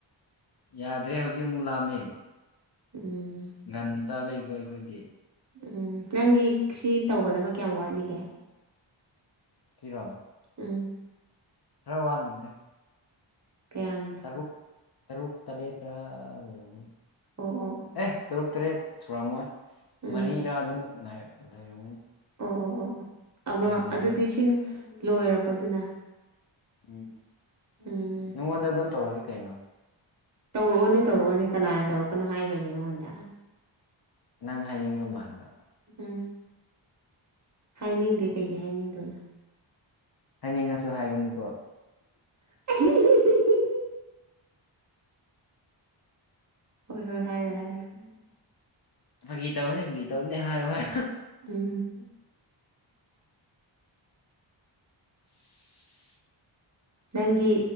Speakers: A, on the left; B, on the right.
A: ꯌꯥꯗ꯭ꯔꯦ ꯍꯧꯖꯤꯛ ꯑꯃꯨꯛ ꯂꯥꯝꯃꯦ
B: ꯎꯝ꯫
A: ꯉꯥꯟꯅ ꯆꯥꯕꯩꯀꯣ ꯑꯩꯈꯣꯏꯗꯤ
B: ꯎꯝ ꯅꯪꯒꯤ ꯁꯤ ꯇꯧꯒꯗꯕ ꯀꯌꯥꯝ ꯋꯥꯠꯂꯤꯒꯦ
A: ꯁꯤꯔꯣ
B: ꯎꯝ꯫
A: ꯈꯔ ꯋꯥꯠꯂꯤꯗ
B: ꯀꯌꯥꯝꯅ
A: ꯔꯨꯛ ꯇꯔꯨꯛ ꯇꯔꯦꯠꯔ ꯂꯩꯔꯝꯒꯅꯤ
B: ꯑꯣ ꯑꯣ ꯑꯣ
A: ꯑꯦ ꯇꯔꯨꯛ ꯇꯔꯦꯠ ꯁꯨꯔꯝꯃꯣꯏ
B: ꯎꯝ
A: ꯃꯔꯤꯔꯥ ꯑꯗꯨꯝ ꯉꯩ ꯂꯩꯔꯝꯒꯅꯤ
B: ꯑꯣ ꯑꯣ ꯑꯣ ꯑꯣ ꯑꯃ
A: ꯌꯥꯝꯗ꯭ꯔꯦꯕ
B: ꯑꯗꯨꯗꯤ ꯁꯤꯅ ꯂꯣꯏꯔꯕꯣ ꯑꯗꯨꯅ
A: ꯎꯝ꯫
B: ꯎꯝ꯫
A: ꯅꯉꯣꯟꯗ ꯑꯗꯨꯝ ꯇꯧꯔꯒꯦ ꯀꯩꯅꯣ
B: ꯇꯧꯔꯛꯑꯣꯅꯦ ꯇꯧꯔꯛꯑꯣꯅꯦ ꯀꯅꯥꯅ ꯇꯧꯔꯛꯀꯅꯣ ꯍꯥꯏꯈ꯭ꯔꯥꯒꯦ ꯅꯪꯉꯣꯟꯗ
A: ꯅꯪ ꯍꯥꯏꯅꯤꯡꯕ ꯃꯥꯟꯕ
B: ꯎꯝ꯫ ꯍꯥꯏꯅꯤꯡꯗꯦ ꯀꯩꯒꯤ ꯍꯥꯏꯅꯤꯡꯗꯣꯏꯅꯣ
A: ꯍꯥꯏꯅꯤꯡꯉꯥꯁꯨ ꯍꯥꯏꯒꯅꯨꯀꯣ
B: <inaudible> ꯍꯣꯏ ꯍꯣꯏ ꯍꯥꯏꯔꯣꯏ ꯍꯥꯏꯔꯣꯢ
A: ꯐꯥꯒꯤ ꯇꯧꯕꯅꯤ ꯐꯥꯒꯤ ꯇꯧꯕꯅꯤ ꯍꯥꯏꯌꯨ ꯍꯥꯏꯌꯣ
B: ꯎꯝ꯫
A: <inaudible>
B: ꯅꯪꯒꯤ